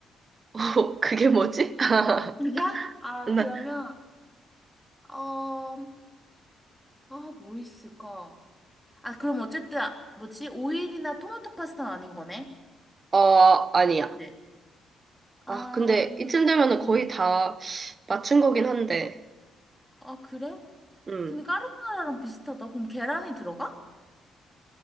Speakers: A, on the right; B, in the centre.
A: 어, 그게 뭐지? <laughs>
B: 아니야? 아,
A: 나,
B: 그러면 어, 아, 뭐 있을까? 아, 그럼 어쨌든 뭐지? 오일이나 토마토 파스타는 아닌 거네.
A: 어, 아니야.
B: 네. 아,
A: 아, 근데 이쯤 되면은
B: 어,
A: 거의 다 맞춘 거긴 한데,
B: 아, 그래?
A: 음.
B: 근데 까르보나라랑 비슷하다. 그럼 계란이 들어가?